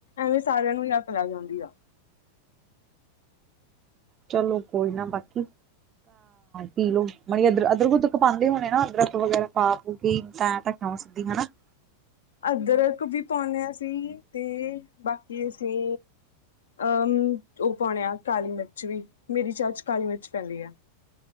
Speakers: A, on the left (about 65°); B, on the right (about 25°).
A: ਐਵੇਂ ਸਾਰਿਆਂ ਨੂੰ ਹੀ ਅੱਗ ਲੱਗ ਜਾਂਦੀ ਆ।
B: ਚਲੋ ਕੋਈ ਨਾ ਬਾਕੀ ਕੀ ਲੋੋ ਮਣੀ ਅਦਰ ਅਦਰਕ ਉਦਰਕ ਪਾਉਂਦੇ ਹੋਣੇ ਨਾ, ਅਦਰਕ ਵਗੈਰਾ ਪਾ ਕੇ ਤਾਂ ਤਾਂ ਕਿਉਂ ਸਿੱਧੀ ਹਨਾ। <unintelligible>
A: ਅਦਰਕ ਵੀ ਪਾਉਂਦੇ ਆ ਅਸੀ ਤੇ ਬਾਕੀ ਅਸੀਂ ਅਹ ਉਹ ਪਾਉਣੇ ਆ ਕਾਲੀ ਮਿਰਚ ਵੀ, ਮੇਰੀ ਚਾਹ ਚ ਕਾਲੀ ਮਿਰਚ ਪੈਂਦੀ ਏ।